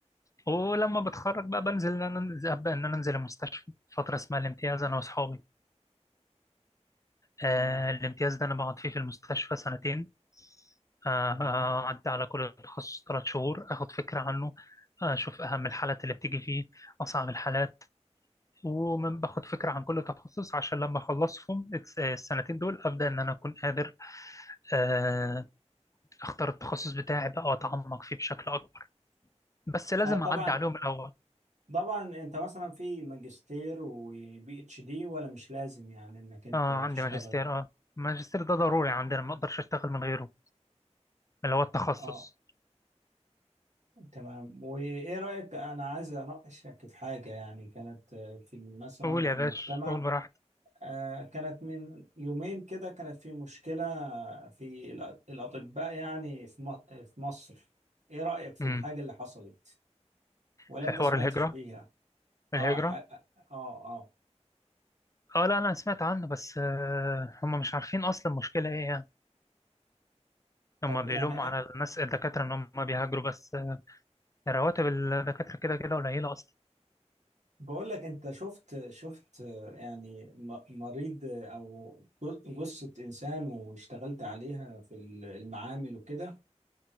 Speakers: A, on the left (about 25°); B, on the right (about 85°).
A: ولما بتخرج بقى بنزل إن أنا أنزل أبدأ إن أنا أنزل المستشفى فترة اسمها الامتياز أنا وأصحابي آه،
B: اه
A: الامتياز ده أنا بقعد فيه في المستشفى سنتين آه،
B: تمام
A: آه، أعدي على كل تخصص ثلاث شهور أخد فكرة عنه آه، أشوف أهم الحالات اللي بتيجي فيه أصعب الحالات ومن باخد فكرة عن كل تخصص عشان لما أخلصهم الس- السنتين دول أبدأ إن أنا أكون قادر آه، أختار التخصص بتاعي بقى وأتعمق فيه بشكل أكبر بس لازم
B: آه طبعا
A: أعدي عليهم الأول
B: طبعا انت مثلا في ماجستير وبي اتش دي ولا مش لازم يعني انك انت
A: آه
B: تشتغل
A: عندي ماجستير آه الماجستير ده ضروري عندنا ما أقدرش أشتغل من غيره اللي هو التخصص
B: اه تمام وايه رأيك انا عايز اناقشك في حاجة يعني كانت آه، في مثلا
A: قول
B: في
A: يا
B: المجتمع
A: باشا قول براحتك
B: آه، كانت من يومين كده كانت في مشكلة في الأ- الأطباء يعني في م- في مصر إيه رأيك في
A: امم
B: الحاجة اللي حصلت ولا
A: في
B: أنت
A: حوار
B: سمعتش
A: الهجرة
B: بيها؟ آه
A: الهجرة
B: ح... آه آه
A: آه لا أنا سمعت عنه بس آه هم مش عارفين أصلا مشكلة إيه يعني هم
B: طب يعني
A: بيلوموا على
B: أ-
A: الناس الدكاترة إن هم بيهاجروا بس آه، رواتب الدكاترة كده كده قليلة أصلا
B: بقول لك أنت شفت شفت آه، يعني م- مريض آه، أو ج- جثة إنسان واشتغلت عليها في ال- المعامل وكده